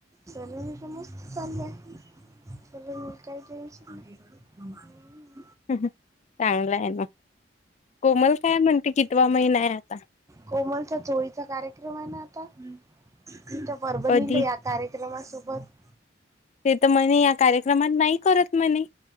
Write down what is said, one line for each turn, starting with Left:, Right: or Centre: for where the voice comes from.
Right: सलोनीच मस्त चाललय सलोनीला काय टेन्शन नाय. हूं
Left: चांगला आहे ना कोमल काय म्हणते कितवा महिना आहे आता?
Right: कोमलचा चोळीचा कार्यक्रम आहे ना आता तिथ परभणीला
Left: कधी
Right: या कार्यक्रमासोबत
Left: ते तर म्हणे या कार्यक्रमात नाही करत म्हणे.